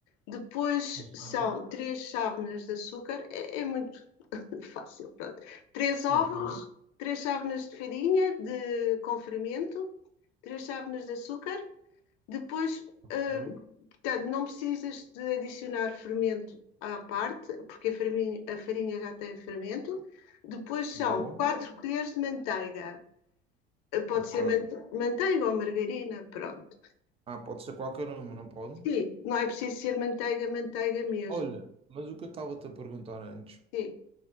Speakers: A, on the left; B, on the right.
A: Depois
B: Não sei.
A: são três chávenas de açúcar, é, é muito fácil, pronto. Três ovos,
B: Ok,
A: três chávenas de farinha de, com fermento, três chávenas de açúcar. Depois
B: ok.
A: ah, Portanto, não precisas de adicionar fermento à parte, porque a farinha, a farinha já tem fermento. Depois
B: Boa.
A: são 4 colheres de manteiga. Pode
B: Ok.
A: ser manteiga ou margarina, pronto.
B: Ah, pode ser qualquer uma, não pode?
A: Sim, não é preciso ser manteiga, manteiga mesmo.
B: Olha, mas o que eu estava-te a perguntar antes
A: Sim,